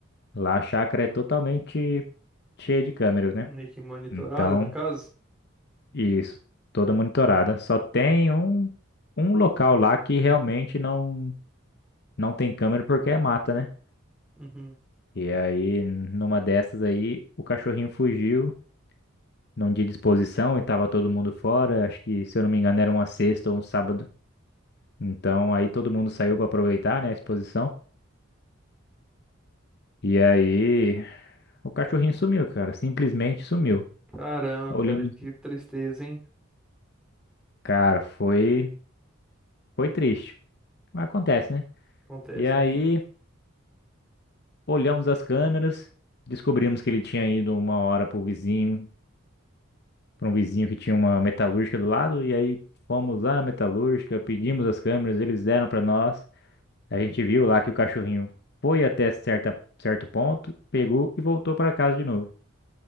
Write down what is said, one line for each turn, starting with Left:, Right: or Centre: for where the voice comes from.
Left: Lá a chácara é totalmente cheia de câmeras, né?
Centre: Meio que monitorada,
Left: Então,
Centre: no caso.
Left: isso, toda monitorada. Só tem um, um local lá que realmente não, não tem câmera porque é mata, né?
Centre: Uhum.
Left: E aí, numa dessas aí, o cachorrinho fugiu num dia de exposição e tava todo mundo fora. Acho que, se eu não me engano, era uma sexta ou um sábado. Então, aí todo mundo saiu para aproveitar, né, a exposição. E aí. O cachorrinho sumiu, cara. Simplesmente sumiu.
Centre: Caramba,
Left: Olhamos.
Centre: cara, que tristeza, hein?
Left: Cara, foi, foi triste. Mas acontece, né?
Centre: Acontece,
Left: E aí,
Centre: acontece.
Left: olhamos as câmeras, descobrimos que ele tinha ido uma hora pro vizinho, para um vizinho que tinha uma metalúrgica do lado. E aí, fomos lá na metalúrgica, pedimos as câmeras, eles deram para nós. A gente viu lá que o cachorrinho foi até certa, certo ponto, pegou e voltou para casa de novo.